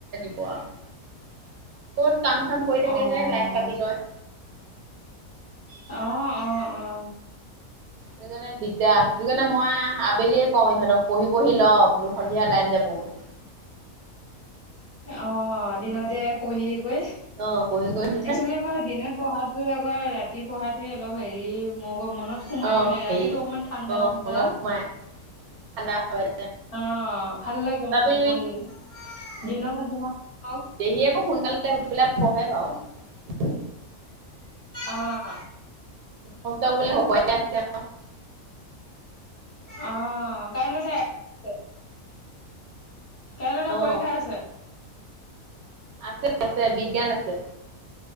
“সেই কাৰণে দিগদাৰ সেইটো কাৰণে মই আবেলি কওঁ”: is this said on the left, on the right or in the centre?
Right